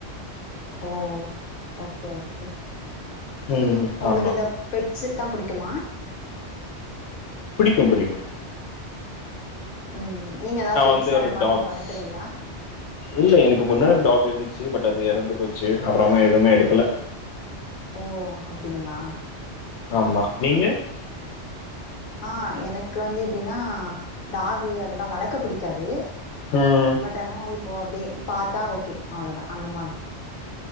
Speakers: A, on the left (about 45°); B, on the left (about 80°).
A: ஓ ஓகே ஓகே
B: ம்
A: உங்களுக்கு
B: ஆமா
A: இந்த பெட்சு லா பிடிக்குமா
B: ஆ பிடிக்கு
A: உ நீங்க ஏதாது பெட்சு
B: வந்து
A: அந்த
B: ஒரு
A: மாரி
B: டாக்ஸ்
A: வளக்குறீங்களா
B: இல்ல எனக்கு முன்னரு டாக் இருந்துச்சு பட் அது எறந்து போச்சு அப்புறமா எதுவுமே எடுக்கல
A: ஓ அப்டிங்களா
B: ஆமா நீங்க
A: ஆ எனக்கு வந்து எப்டின்னா டாகு அதெல்லா வளக் க்க பிடிக்காது
B: ம்
A: பட் ஆனா இ ஓ அப்டியே பாத்தா ஓகே அவ்ளதா அந்த மாதிரி